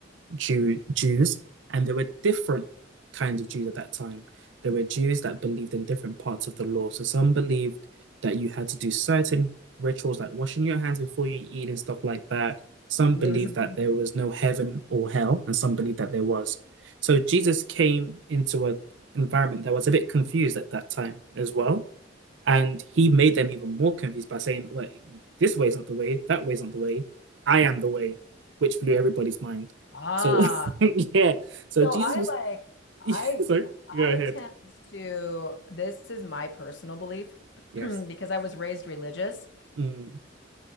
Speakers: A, on the right; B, on the left.
A: Jew Jews, and there were different kinds of Jews at that time. There were Jews that believed in different parts of the law. So some believed that you had to do certain rituals like washing your hands before you eat and stuff like that. Some
B: Mhm.
A: believed that there was no heaven or hell, and some believed that there was. So Jesus came into an environment that was a bit confused at that time as well and he made them even more confused by saying, like, this way is not the way, that way is not the way, I am the way, which blew everybody's mind.
B: Ah.
A: So, <laughs> yeah. So
B: So
A: Jesus
B: I
A: was.
B: like I
A: <laughs> Sorry,
B: I
A: go ahead.
B: tend to this is my personal belief <clears throat>
A: Yes.
B: because I was raised religious.
A: Mm,